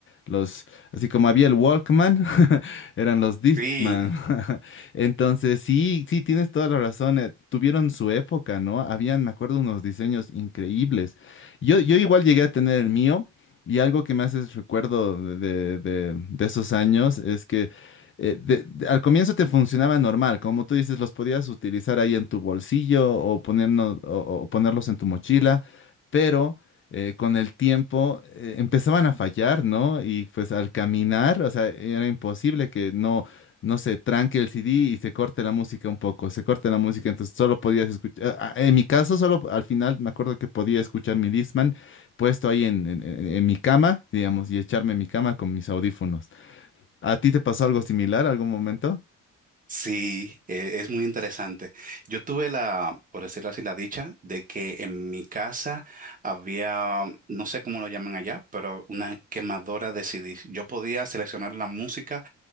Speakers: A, on the left; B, on the right.
A: Los, así como había el Walkman, <laughs> eran los Discman.
B: Sí,
A: <laughs> Entonces, sí, sí, tienes toda la razón. eh, tuvieron su época, ¿no? Habían, me acuerdo, unos diseños increíbles. Yo, yo igual llegué a tener el mío. Y algo que me hace recuerdo de, de de esos años es que eh, de- de- al comienzo te funcionaba normal, como tú dices, los podías utilizar ahí en tu bolsillo o, ponernos- o- o ponerlos en tu mochila, pero eh, con el tiempo eh, empezaban a fallar, ¿no? Y pues al caminar, o sea, era imposible que no, no se tranque el CD y se corte la música un poco, se corte la música, entonces solo podías escuchar, a- a- en mi caso, solo al final me acuerdo que podía escuchar mi Discman puesto ahí en, en en- en mi cama, digamos, y echarme en mi cama con mis audífonos. ¿A ti te pasó algo similar algún momento?
B: Sí, e- es muy interesante. Yo tuve la, por decirlo así, la dicha de que en mi casa había, no sé cómo lo llaman allá, pero una quemadora de CDs. Yo podía seleccionar la música